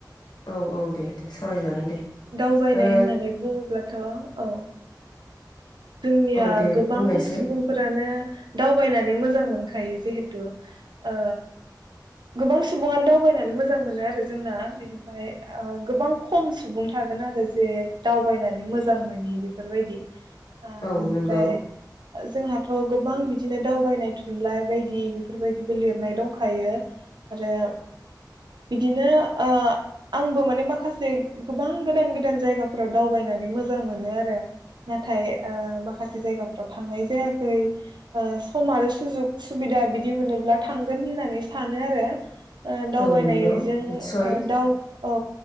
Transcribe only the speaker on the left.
औ औ दे दे सावराय जागोन दे
ओ
औ दे
बुंनायसाय
औ
नंगौ।
औ नंगौ निस्सय